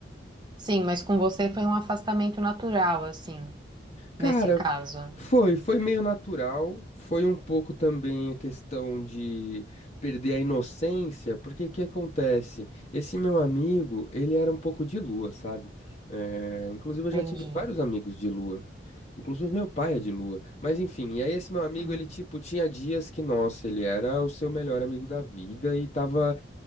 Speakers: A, on the right; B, on the left.
A: Sim, mas com você foi um afastamento natural, assim,
B: Cara,
A: nesse caso.
B: foi, foi meio natural, foi um pouco também a questão de perder a inocência, porque o que acontece? Esse meu amigo, ele era um pouco de lua, sabe? É, inclusive, eu já
A: Entendi.
B: tive vários amigos de lua. Inclusive meu pai é de lua. Mas enfim, e aí esse meu amigo,
A: Hum.
B: ele tipo, tinha dias que, nossa, ele era o seu melhor amigo da vida e tava.